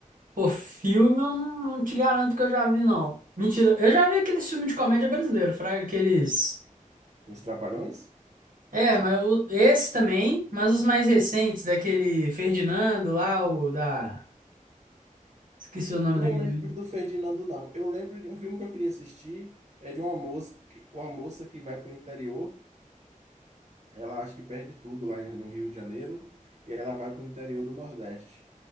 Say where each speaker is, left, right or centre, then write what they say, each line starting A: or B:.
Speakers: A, on the right (about 80°); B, on the right (about 55°).
A: Pô, filme eu não, não te garanto que eu já vi, não. Mentira, eu já vi aqueles filmes de comédia brasileiro, fraga, aqueles.
B: Os Trapalhões?
A: É, mas o- esse também, mas os mais recentes, daquele Ferdinando lá, o da. Esqueci o nome
B: Não
A: daquele.
B: lembro
A: amigo.
B: do Ferdinando, não. Eu lembro de um filme que eu queria assistir, é de uma moça que, uma moça que vai para o interior, ela acha que perde tudo lá no Rio de Janeiro, e ela vai para o interior do Nordeste.